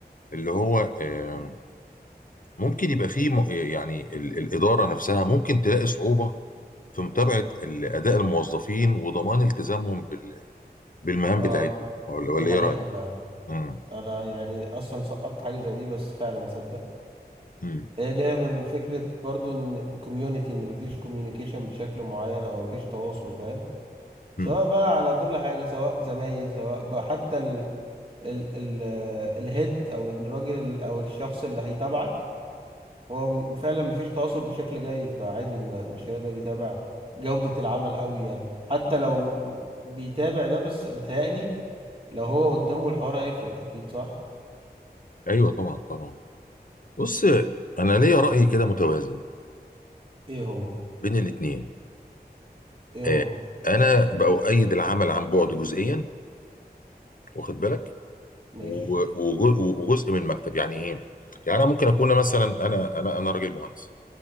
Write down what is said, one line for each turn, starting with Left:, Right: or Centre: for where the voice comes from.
Left: اللي هو آه، ممكن يبقى فيه م- يعني ال- الإدارة نفسها ممكن تلاقي صعوبة في متابعة ال- أداء الموظفين وضمان التزامهم بال- بالمهام
Right: اه
Left: بتاعتهم ولا
Right: دي
Left: ولا
Right: حقيقة
Left: إيه رأيك؟
Right: فعلا
Left: مم.
Right: انا يعني اصلا سقطت حاجة زي دي بس فعلا تصدق
Left: مم.
Right: هي جاية من فكرة برضو ان الكوميونتي ان مفيش كوميونيكيشن بشكل معين او مفيش تواصل فاهم
Left: مم.
Right: سواء بقى على كل حاجة سواء زمايل سواء بقى حتى ال ال ال الهيد او الراجل او الشخص اللي هيتابعك هو م- فعلا مفيش تواصل بشكل جيد فعادي ما مش هيقدر يتابع جودة العمل قوي يعني حتى لو بيتابع ده بس بيتهيألي لو هو قدامه الحوار هيفرق أكيد صح؟
Left: أيوه طبعا طبعا بص أنا ليا رأي كده متوازن
Right: إيه هو؟
Left: بين الاتنين
Right: إيه
Left: آه،
Right: هو؟
Left: أنا بأؤيد العمل عن بعد جزئيا واخد بالك
Right: ماشي
Left: و- وجو- وجزء من المكتب يعني إيه؟ يعني أنا ممكن أكون مثلا أنا أنا أنا راجل مهندس